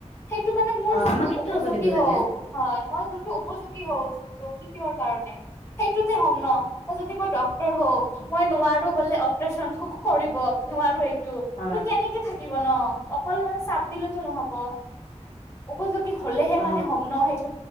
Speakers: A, on the left (about 20°); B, on the left (about 65°).
A: সেইটো মানে মোৰ
B: অ
A: যোনটো
B: আমাক সেইটো
A: উপযোগী
B: হ'ব দিব
A: হওঁ,
B: লাগে
A: হয় মই যোনটো উপযোগী হওঁ, যোনটো শিকিবৰ কাৰণে। সেইটোতে হ'ম ন' যদি মই ড্ ক্তৰ হওঁ। মই নোৱাৰো বোলে অপৰেচন ক-কৰিব। নোৱাৰো এইটো
B: অ
A: ত' কেনেকে থাকিব ন'। অকল মানে চাপ দিলেতো নহ'ব। উপযোগী হলেহে
B: অ
A: মানে হ'ম ন'। সেইটো